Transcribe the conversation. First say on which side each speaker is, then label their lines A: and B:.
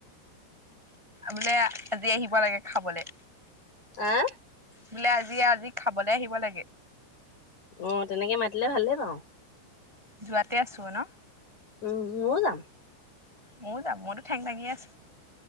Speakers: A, in the centre; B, on the left.
A: বোলে আজি আহিব লাগে খাবলৈ।
B: আহ?
A: বোলে আজি-আজি খাবলে আহিব লাগে।
B: অ তেনেকে মাতিলে ভালে পাওঁ
A: যোৱাতে আছো ন
B: উম ময়ো যাম
A: ময় যাম মইতো ঠেং দাঙি আছো